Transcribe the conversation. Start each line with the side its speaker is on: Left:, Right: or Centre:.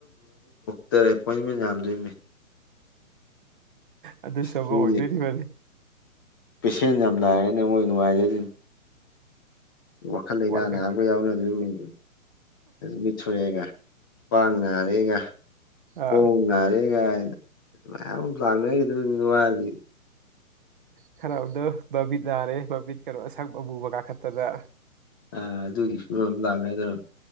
Left: ꯇꯔ ꯑꯦꯄꯣꯏꯟꯃꯦꯟ ꯌꯥꯝꯗꯣꯏꯅꯦ
Right: ꯑꯗꯨ ꯁꯕ
Left: ꯁꯤꯗꯤ
Right: ꯑꯣꯏꯗꯣꯏꯅꯤ ꯃꯥꯅꯤ
Left: ꯄꯦꯁꯦꯟ ꯌꯥꯝ ꯂꯥꯏꯔꯦꯅꯦ ꯃꯣꯏ ꯅꯨꯡꯉꯥꯏꯖꯗꯣꯏꯅꯤ ꯋꯥꯈꯜ ꯂꯩꯥꯏꯅꯥ
Right: ꯋꯥꯔꯜ ꯀꯞꯀꯤ
Left: ꯅꯥ ꯑꯃꯒ ꯌꯥꯎꯅ ꯑꯗꯨ ꯑꯗꯨꯝꯡ ꯃꯤꯠꯊꯨꯔꯦꯒ ꯈ꯭ꯋꯥꯡ ꯅꯥꯔꯦꯒ ꯈꯣꯡ
Right: ꯑꯥ
Left: ꯅꯥꯔꯦꯒ ꯂꯥꯛꯅꯈꯤꯗꯉ
Right: ꯈꯔꯕꯨꯗꯣ ꯕꯕꯤꯠ ꯅꯥꯔꯦ ꯕꯕꯤꯠ ꯀꯩꯅꯣ ꯑꯁꯪ ꯑꯃꯨꯕ ꯀꯥꯈꯠꯇꯗ
Left: ꯑ ꯑꯗꯨꯒꯤꯁꯨꯝ ꯂꯥꯛꯅꯗꯧꯕ